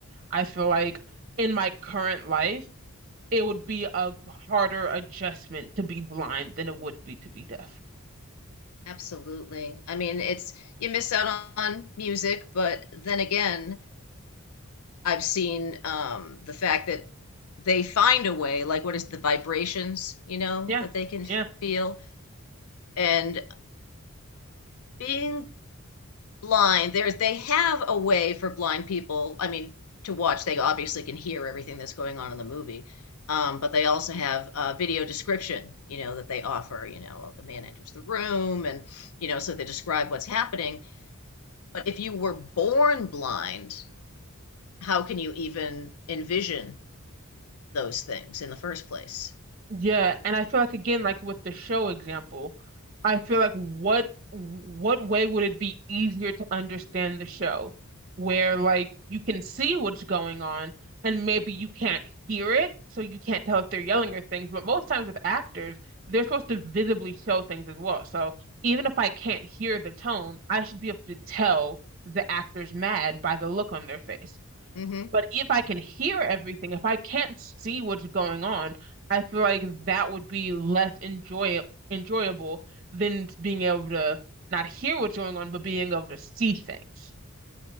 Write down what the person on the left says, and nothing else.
Absolutely. I mean, it's you miss out on, music, but then again, I've seen um, the fact that they find a way, like what is the vibrations, you know,
that they can
feel, and being blind there's they have a way for blind people i mean to watch they obviously can hear everything that's going on in the movie um, but they also have uh, video description you know that they offer you know the man enters the room and you know so they describe what's happening but if you were born blind how can you even envision those things in the first place
hmm